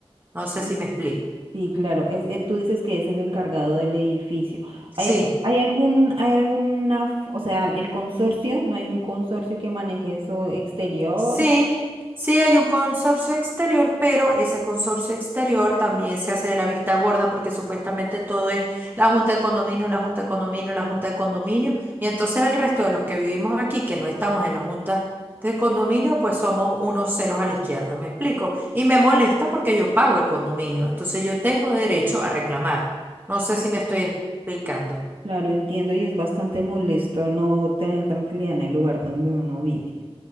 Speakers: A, on the right; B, on the right.
A: No sé
B: Y
A: si me explico.
B: sí, claro, es, eh, tú dices que es el encargado del edificio.
A: Sí.
B: ¿Hay, hay algún, hay alguna, f- o sea, el consorcio, no hay un consorcio que maneje eso exterior?
A: Sí, sí hay un consorcio exterior, pero ese consorcio exterior también se hace de la vista gorda porque supuestamente todo es la junta de condominio, la junta de condominio, la junta de condominio. Y entonces el resto de los que vivimos aquí, que no estamos en la junta de condominio, pues somos unos ceros a la izquierda, ¿me explico? Y me molesta porque yo pago el condominio, entonces yo tengo derecho a reclamar. No sé si me estoy explicando.
B: Claro, entiendo y es bastante molesto no tener tranquilidad en el lugar donde uno vive.